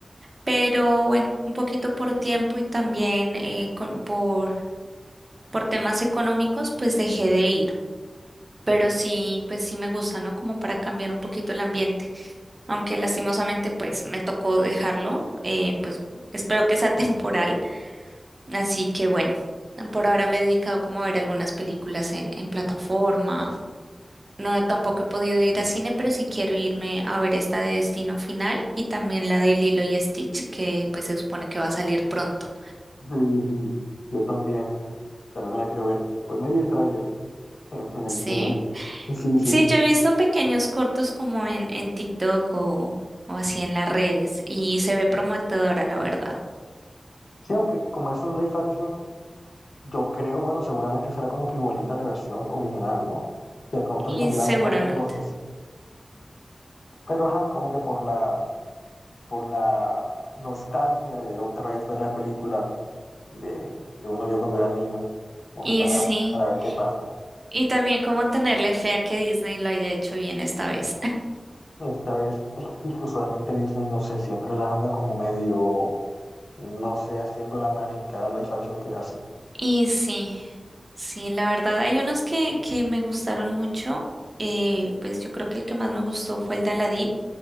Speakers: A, on the right; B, on the left.
A: pero bueno, un poquito por tiempo y también eh, con- por, por temas económicos, pues dejé de ir. Pero sí, pues sí me gusta, ¿no? Como para cambiar un poquito el ambiente. Aunque lastimosamente pues me tocó dejarlo, eh, pues espero que sea <laughs> temporal. Así que bueno, por ahora me he dedicado como a ver algunas películas en, en plataforma. No, tampoco he podido ir a cine, pero sí quiero irme a ver esta de Destino Final y también la de Lilo y Stitch, que pues se supone que va a salir pronto.
B: Sí, sí, yo también. También me la quiero ver. Hoy me vi el tráiler en, en el
A: Sí.
B: cine. Sí, sí.
A: Sí, yo he visto pequeños cortos como en, en TikTok o, o así en las redes y se ve prometedora, la verdad.
B: Sí, aunque como es un live action, yo creo, bueno, seguramente será como que igualita a la versión original, ¿no? De pronto
A: Y
B: le cambiará
A: seguramente.
B: un par de cosas. Pero ajá, como que por la, por la nostalgia de otra vez ver la película de, que uno vio cuando era niño. Como
A: Y
B: que para,
A: sí.
B: para ver qué pasa.
A: Y también como tenerle fe a que Disney lo haya hecho bien esta vez.
B: Esta vez, <laughs> es que usualmente Disney, no sé, siempre la anda como medio, no sé, haciéndola mal en cada live action que hace.
A: Y sí, sí, la verdad, hay unos que, que me gustaron mucho. eh, pues yo creo que el que más me gustó fue el de Aladdin.